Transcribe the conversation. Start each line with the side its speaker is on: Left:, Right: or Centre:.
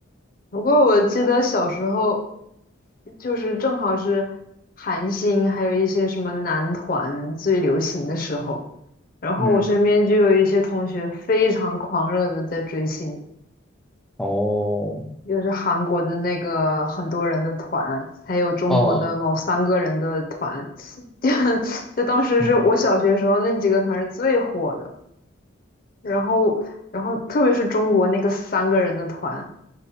Left: 不过我记得小时候，就是正好是韩星，还有一些什么男团最流行的时候，然后我身边就有一些同学非常狂热的在追星，
Centre: <clears throat> 嗯，哦，
Left: 就是韩国的那个很多人的团，还有中国的某三个人的团，
Centre: 哦，
Left: <laughs> 就就当时是我小学时候那几个团是最火的，
Centre: 嗯
Left: 然后然后特别是中国那个三个人的团。